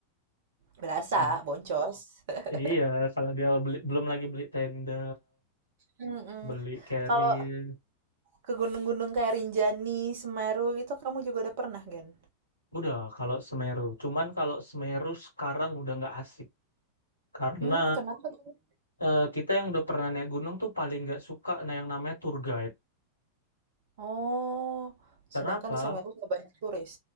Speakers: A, on the right; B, on the left.
A: Berasa
B: Nah,
A: boncos. <laughs>
B: iya, kalau dia beli, belum lagi beli tenda,
A: Mhm.
B: beli carrier,
A: Kalau ke gunung-gunung kayak Rinjani, Semeru gitu kamu juga udah pernah, Gen?
B: udah kalau Semeru. Cuman kalau Semeru sekarang udah nggak asik karena
A: Mmm, kenapa tuh?
B: eh, kita yang udah pernah naik gunung tuh paling nggak suka nah yang namanya tour guide.
A: Oh,
B: Kenapa?
A: sedangkan di Semeru nggak banyak turis.